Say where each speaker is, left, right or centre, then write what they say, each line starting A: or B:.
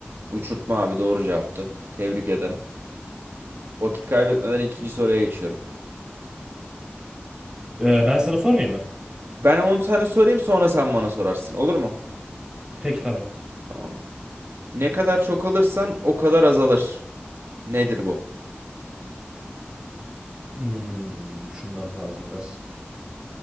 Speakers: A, on the right; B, on the right.
A: Uçurtma abi doğru cevaptı. Tebrik ederim. Vakit kaybetmeden ikinci soruya geçiyorum.
B: Eee, ben sana sormayayım mı?
A: Ben 10 tane sorayım sonra sen bana sorarsın. Olur mu?
B: Peki tamam.
A: Tamam. Ne kadar çok alırsan o kadar azalır. Nedir bu?
B: Hmm, düşünmem lazım biraz.